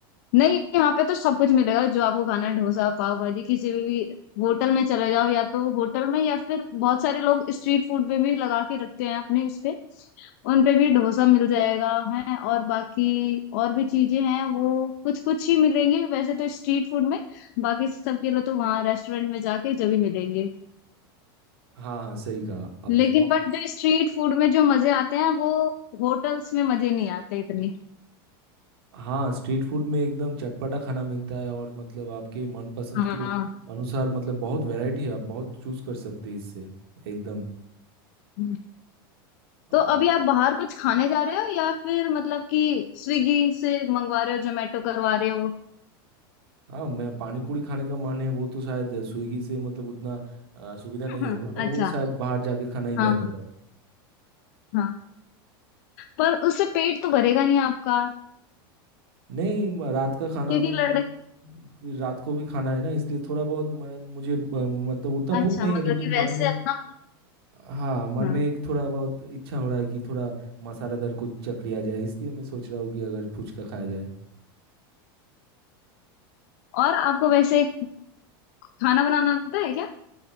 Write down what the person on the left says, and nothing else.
नहीं यहाँ पे तो सब कुछ मिलेगा जो आपको खाना है डोसा पाव भाजी किसी भी, भी होटल में चले जाओ या तो होटल में या फिर बहुत सारे लोग स्ट्रीट फूड पे भी लगा के रखते हैं अपने उस पे उन पे भी डोसा मिल जाएगा है और बाकी और भी चीजें हैं वो कुछ कुछ ही मिलेंगे वैसे तो स्ट्रीट फूड में बाकी सबके लिए तो वहाँ रेस्टोरेंट में जाके जब ही मिलेंगे
लेकिन
बट जो स्ट्रीट फूड में जो मजे आते हैं वो होटल्स में मजे नहीं आते इतने
हाँ
हाँ
हाँ।
तो अभी आप बाहर कुछ खाने जा रहे हो या फिर मतलब कि स्विगी से मंगवा रहे हो जोमेटो करवा रहे हो
<laughs>
अच्छा
हाँ हाँ
हाँ पर उससे पेट तो भरेगा नहीं आपका
क्योंकि
लड़क
अच्छा
मतलब
कि
वैसे
अपना
हाँ
और आपको वैसे खाना बनाना आता है क्या